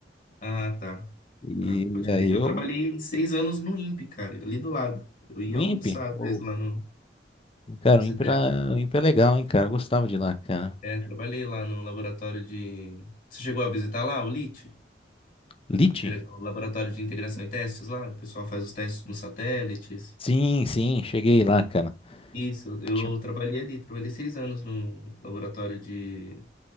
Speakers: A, on the left; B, on the left.
A: Ah, tá.
B: E
A: Tá, pode
B: aí
A: crer. Eu
B: eu,
A: trabalhei seis anos no INPE, cara, ali do lado. Eu ia
B: no INPE.
A: almoçar às
B: Ô,
A: vezes lá no,
B: Cara,
A: no CTA.
B: o INPE, era, o INPE é legal, hein, cara? Eu gostava de ir lá, cara.
A: É, trabalhei lá no laboratório de. Você chegou a visitar lá o LIT?
B: Lite?
A: Inte- O laboratório de integração e testes lá? O pessoal faz os testes nos satélites.
B: Sim, sim, cheguei lá, cara.
A: Isso, eu
B: Tinha,
A: trabalhei ali, trabalhei seis anos no laboratório de